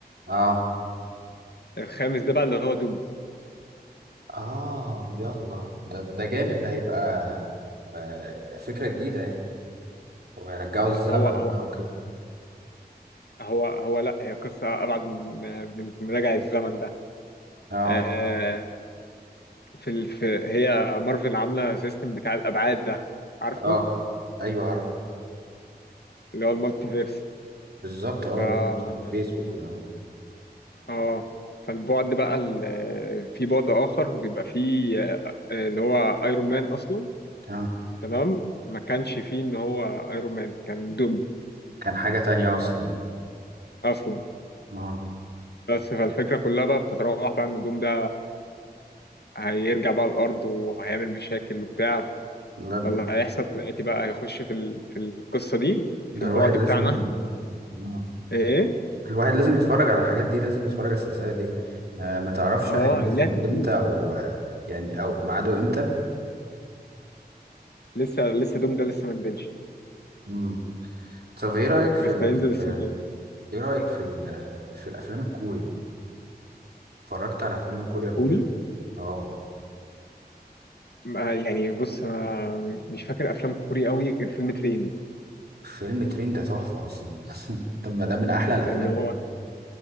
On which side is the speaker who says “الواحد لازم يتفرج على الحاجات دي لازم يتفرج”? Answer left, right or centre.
Right